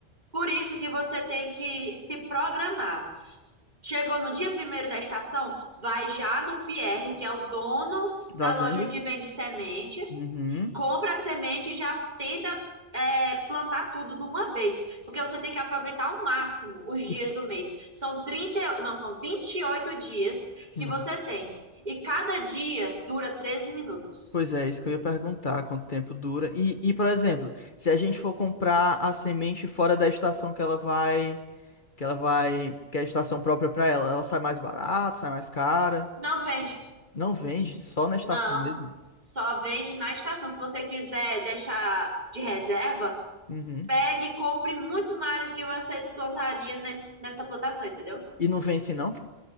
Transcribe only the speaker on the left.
Da
venda?
Uhum.
Isso.
Uhum.
Pois é, isso que eu ia perguntar, quanto tempo dura. E, e, por exemplo, se a gente for comprar a semente fora da estação que ela vai Que ela vai. Que é a estação própria pra ela. Ela sai mais barata, sai mais cara.
Não vende, só na estação
mesmo.
Uhum.
E não vence, não?